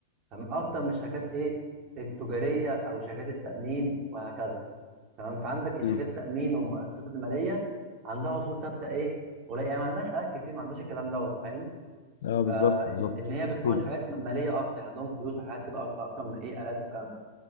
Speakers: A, on the right (about 35°); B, on the left (about 60°).
A: تمام أكتر من الشركات إيه التجارية أو شركات التأمين وهكذا تمام فعندك الشركات
B: مم.
A: التأمين والمؤسسات المالية عندها أصول ثابتة إيه ولا يعني ما عندهاش آلات كتير ما عندهاش الكلام دوت فاهم
B: اه بالظبط
A: فإن
B: بالظبط
A: هي بتكون
B: مم.
A: حاجات م- مالية أكتر يعني عندهم فلوس وحاجات كده أكتر أكتر من إيه آلات والكلام ده